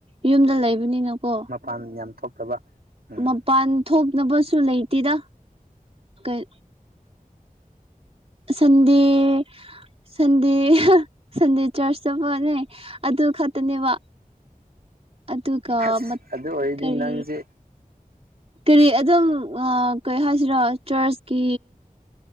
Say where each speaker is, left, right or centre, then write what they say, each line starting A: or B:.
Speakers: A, on the right (about 40°); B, on the right (about 85°).
A: ꯌꯨꯝꯗ ꯂꯩꯕꯅꯤꯅꯀꯣ꯫
B: ꯃꯄꯥꯟ ꯌꯥꯝ ꯊꯣꯛꯇꯕ꯫ ꯎꯝ
A: ꯃꯄꯥꯟ ꯊꯣꯛꯅꯕꯁꯨ ꯂꯩꯇꯦꯗ ꯀꯩ ꯁꯟꯗꯦ꯫ ꯁꯟꯗꯦ ꯍꯥ ꯁꯟꯗꯦ ꯆꯔꯆ ꯆꯠꯄꯅꯦ ꯑꯗꯨ ꯈꯛꯇꯅꯦꯕ꯫ ꯑꯗꯨꯒ
B: ꯑꯁ ꯑꯗꯨ ꯑꯣꯏꯔꯗꯤ
A: ꯀꯔꯤ꯫
B: ꯅꯪꯁꯦ
A: ꯀꯔꯤ ꯑꯗꯨꯝ ꯑ ꯀꯩ ꯍꯥꯏꯁꯤꯔꯥ ꯆꯔꯆꯀꯤ